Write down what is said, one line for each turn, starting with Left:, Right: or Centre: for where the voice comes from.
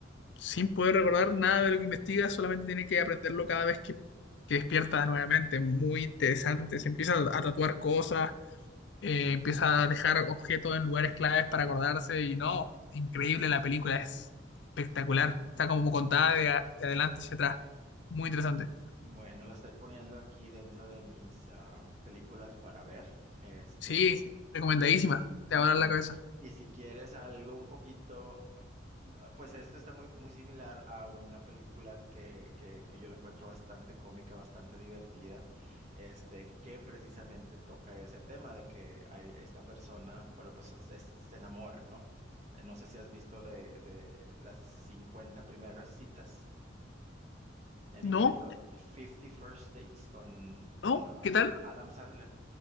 Left: sin
Right: Mm,
Left: poder recordar nada de lo que investiga, solamente tiene que aprenderlo cada vez que, que despierta nuevamente. Muy interesante. Se empieza a tatuar cosas, eh, empieza a dejar objetos en lugares claves para acordarse y no, increíble la película, es espectacular. Está como contada de, a- de adelante hacia atrás. Muy interesante.
Right: ah. Bueno, la estoy poniendo aquí dentro de mis ah, películas para ver. Este,
Left: Sí, recomendadísima.
Right: y
Left: Te
Right: bueno,
Left: va a dar la cabeza.
Right: y si quieres algo un poquito. ah, Pues esto está muy, muy similar a una película que, que, que yo la encuentro bastante cómica, bastante divertida, este, que precisamente toca ese tema de que hay esta persona, pero pues es- es- se enamoran, ¿no? Eh, No sé si has visto de, de las 50 primeras citas, en
Left: No,
Right: inglés son Fifty First Dates con
Left: no,
Right: ah,
Left: ¿qué tal?
Right: Adam
Left: <laughs>
Right: Sandler.